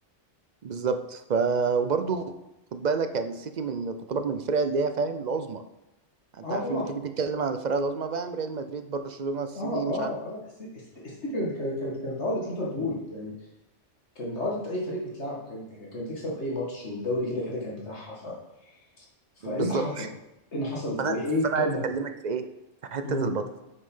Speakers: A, on the right; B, on the left.
A: بالظبط ف وبرضه خد بالك يعني السيتي من تعتبر من الفرق اللي هي فاهم العظمى انت
B: اه
A: عارف
B: طبعا
A: لما تيجي تتكلم عن الفرق العظمى فاهم ريال مدريد برشلونة السيتي
B: اه اه
A: مش عارف
B: آه، لا السي- السيتي السيتي كانت كانت كانت كانت عقده ليفربول يعني كانت عقده اي فريق بيتلعبه كانت كانت بتكسب اي ماتش والدوري كده كده كان بتاعها ف... فايه
A: بالظبط
B: اللي حصل؟ ايه اللي حصل
A: فانا
B: وايه
A: فانا
B: كم
A: عايز اكلمك في ايه في حتة
B: امم
A: البطل